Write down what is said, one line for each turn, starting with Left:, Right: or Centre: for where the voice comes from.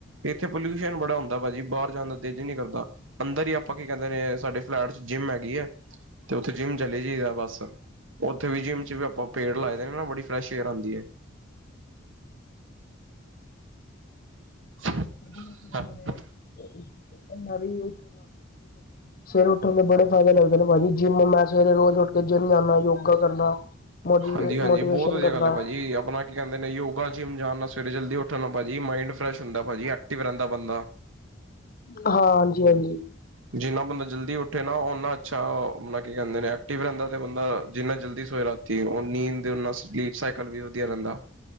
Right: ਇੱਥੇ ਪੋਲਿਊਸ਼ਨ ਬੜਾ ਹੁੰਦਾ ਭਾਜੀ ਬਾਹਰ ਜਾਣ ਦਾ ਦਿਲ ਈ ਨੀ ਕਰਦਾ ਅੰਦਰ ਹੀ ਆਪਾਂ ਕੀ ਕਹਿੰਦੇ ਨੇ ਸਾਡੇ ਫਲੈਟ ਚ ਜਿੰਮ ਹੈਗੀ ਹੈ ਤੇ ਉੱਥੇ ਜਿੰਮ ਚਲੀ ਜਾਈਦਾ ਬਸ। ਉੱਥੇ ਵੀ ਜਿੰਮ ਚ ਵੀ ਆਪਾਂ ਪੇੜ ਲਾਏ ਦੇ ਨਾ ਬੜੀ ਫਰੈਸ਼ ਏਅਰ ਆਂਦੀ ਏ। <unintelligible>
Left: ਮੈਨੇ <unintelligible> ਸਵੇਰੇ ਉੱਠਣ ਦੇ ਬੜੇ ਫਾਇਦੇ ਲੱਗਦੇ ਨੇ ਭਾਜੀ ਜਿੰਮ ਮੈਂ ਸਵੇਰੇ ਰੋਜ਼ ਉੱਠ ਕੇ ਜਿੰਮ ਜਾਂਨਾ ਯੋਗਾ ਕਰਨਾ। ਮੋਟੀ
Right: ਹਾਂਜੀ-ਹਾਂਜੀ
Left: ਮੋਟੀਵੇਸ਼ਨ
Right: ਬਹੁਤ ਵਧੀਆ
Left: ਕਰਨਾ
Right: ਗੱਲ ਹੈ ਭਾਜੀ ਆਪਣਾ ਕੀ ਕਹਿੰਦੇ ਨੇ ਯੋਗਾ ਜਿਮ ਜਾਣ ਨਾਲ ਸਵੇਰੇ ਜਲਦੀ ਉਠਨ ਨਾਲ ਭਾਜੀ ਮਾਈੰਡ ਫਰੈਸ਼ ਹੁੰਦਾ ਭਾਜੀ ਐਕਟਿਵ ਰਹਿੰਦਾ ਬੰਦਾ।
Left: ਹਾਂ, ਹਾਂਜੀ-ਹਾਂਜੀ।
Right: ਜਿੰਨਾ ਬੰਦਾ ਜਲਦੀ ਉੱਠੇ ਨਾ ਉਹਨਾਂ ਅੱਛਾ ਆਪਣਾ ਕੀ ਕਹਿੰਦੇ ਨੇ ਐਕਟਿਵ ਰਹਿੰਦਾ ਤੇ ਬੰਦਾ ਜਿੰਨਾ ਜਲਦੀ ਸੋਏ ਰਾਤ ਰਾਤੀ ਉਹ ਨੀਂਦ ਤੇ ਓਦੇ ਨਾਲ ਸਲੀਪ ਸਾਈਕਲ ਵੀ ਵਧੀਆ ਰਹਿੰਦਾ।